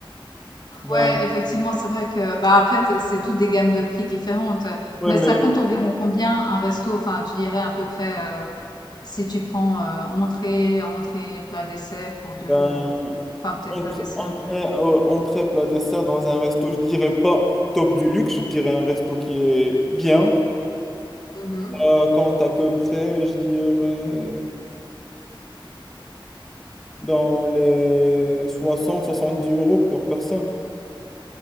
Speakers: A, in the centre; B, on the left.
A: Ben,
B: Ouais, effectivement, c'est vrai que bah après t- c'est toutes des gammes de prix différentes.
A: ouais,
B: Mais
A: mais
B: ça compte environ combien un resto? Enfin, tu dirais à peu près euh, si tu prends euh, entrée, entrée, plat, dessert pour deux.
A: ben,
B: euh, Enfin, peut-être
A: Entrée,
B: pas dessert,
A: entrée,
B: mais
A: euh, entrée, plat, dessert dans un resto, je dirais pas top du luxe, je dirais un resto qui est bien.
B: Mhm.
A: Euh, compte à peu près, je dirais dans les 60-70 euros par personne.